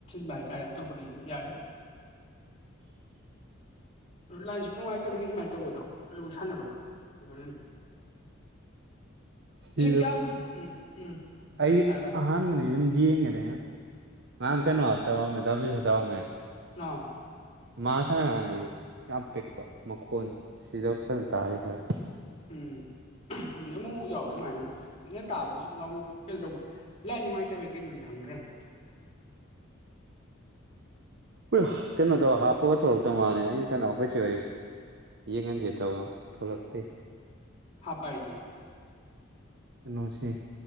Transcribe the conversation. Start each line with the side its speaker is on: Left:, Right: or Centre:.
Left: ꯀꯥꯏ ꯇꯥꯔꯦ ꯇ ꯌꯥ
Right: ꯎ
Left: ꯑꯗꯨ ꯂꯥꯏꯟꯁꯨ ꯅꯨꯡꯉꯥꯏꯇꯕ ꯑꯗꯨꯃꯥꯏꯅ ꯇꯧꯕꯗꯣ ꯑꯗꯨ ꯁꯥꯟꯅꯕꯗꯣ ꯑꯩꯈꯣꯏꯅ
Right: ꯁꯤ
Left: ꯀꯌꯥꯃꯨꯛ ꯎꯝ ꯎꯝ
Right: ꯑꯩ
Left: ꯍꯥꯏꯔꯣ ꯍꯥꯏꯔꯣ
Right: ꯑꯍꯥꯟ ꯃꯅꯤ ꯌꯦꯡꯉꯦꯗ ꯉꯥꯡ
Left: ꯎꯝ
Right: ꯀꯩꯅꯣ ꯇꯧꯔꯝꯃꯦ ꯇꯧꯕꯤꯁꯨ ꯇꯧꯔꯝꯃꯦ
Left: ꯑ
Right: ꯃꯥ ꯁꯥꯟꯅ ꯀꯥꯟꯗꯗꯤ ꯌꯥꯝ ꯄꯤꯛꯄ ꯃꯈꯣꯟ ꯁꯤꯗ ꯐꯖꯅ ꯇꯥꯔꯤ ꯈꯔꯦ
Left: ꯎꯝ ꯑꯗꯨꯅ ꯑꯃꯨꯛ ꯑꯃꯨꯛ ꯌꯥꯎꯋꯦ ꯑꯗꯨꯃꯥꯏꯅ ꯄꯤꯛꯅ ꯇꯥꯕꯗꯁꯨ ꯂꯥꯎ ꯀꯩꯅꯣ ꯇꯧꯕ ꯂꯥꯏ ꯅꯨꯡꯉꯥꯏꯇꯕꯩ ꯀꯩꯅꯣꯗꯤ ꯈꯪꯗ꯭ꯔꯥ ꯍ
Right: <inaudible> ꯍꯣꯏ ꯀꯩꯅꯣꯗꯣ ꯍꯥꯞꯄꯒ ꯊꯣꯛꯂꯛꯇ ꯃꯥꯜꯂꯦ ꯑꯩ ꯀꯩꯅꯣ ꯑꯩꯈꯣꯏꯁꯦ ꯌꯦꯡꯍꯟꯗꯦ ꯇꯧ ꯊꯣꯛꯂꯛꯇꯦ
Left: ꯍꯥ ꯄꯥꯏꯗꯤ
Right: ꯀꯩꯅꯣꯁꯤ